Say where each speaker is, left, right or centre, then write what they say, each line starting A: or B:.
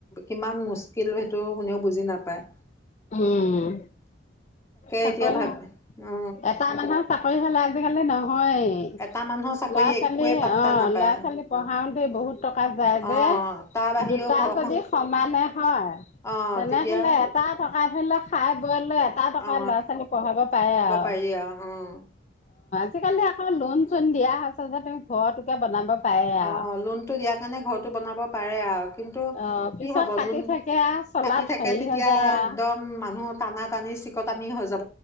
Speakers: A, on the left; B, on the left.
A: কিমান মুস্কিল সেইটো শুনেও বুজি নাপায়
B: উম তাকে
A: এতিয়া ভাব
B: আও
A: অ
B: এটা মানুহৰ চাকৰি হলে আজিকালি নহয়
A: এটা মানুহৰ চাকৰি
B: ল'ৰা ছোৱালী
A: একোৱে পাত্তা
B: অ
A: নাপায়।
B: ল'ৰা ছোৱালী পঢ়াওতে বহুত টকা যায় যে
A: অ তাৰ বাহিৰেও
B: দুটা
A: ঘৰখন
B: যদি সমানে হয়
A: অ
B: তেনেহলে
A: তেতিয়া
B: এটা থ টকাই ধৰি ল খাই বই এটা টকা
A: অ
B: ল'ৰা ছোৱালী পঢ়াব পাৰে আও
A: পাৰি আও অ
B: আজিকালি আকৌ লোন চোন দিয়া হৈছে যে তুমি ঘৰতোকে বনাব পাৰে
A: অ,
B: আৰু।
A: লোন টো দিয়াৰ কাৰণে ঘৰটো বনাব পাৰে আও কিন্তু
B: অ'
A: কি
B: পিছত
A: হব,
B: কাটি
A: লোণ
B: থাকে আৰু চলাত
A: কাটি থাকে
B: হেৰি
A: তেতিয়া
B: হৈ যায় আৰু।
A: একদম মানুহ টানা টানি চিকটামি হৈ যাব